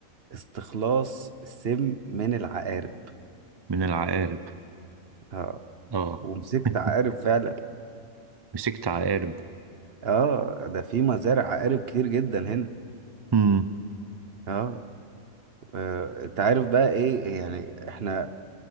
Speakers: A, on the right; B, on the right.
A: استخلاص السم من العقارب
B: من العقارب
A: اه
B: اه
A: ومسكت
B: <laughs>
A: عقارب فعلا
B: مسكت عقارب
A: اه ده في مزارع عقارب كتير جدا هنا
B: مم.
A: اه آه، انت عارف بقى ايه يعني احنا